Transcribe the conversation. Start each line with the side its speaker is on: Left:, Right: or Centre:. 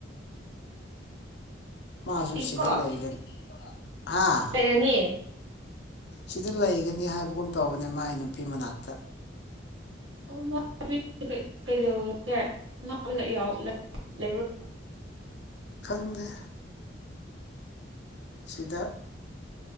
Left: ꯃꯥꯁꯨ
Right: ꯆꯠꯂꯤꯀꯣ
Left: ꯁꯤꯗ ꯂꯩꯒꯅꯤ ꯍꯥꯥ
Right: ꯒꯅꯤ
Left: ꯁꯤꯗ ꯂꯩꯒꯅꯤ ꯍꯥꯏꯕꯒꯨꯝ ꯇꯧꯕꯅꯦ ꯃꯥꯏ ꯅꯨꯄꯤ ꯃꯅꯥꯛꯇ
Right: <unintelligible> ꯂꯩꯕ꯭ꯔꯣ
Left: ꯈꯪꯗꯦ ꯁꯤꯗ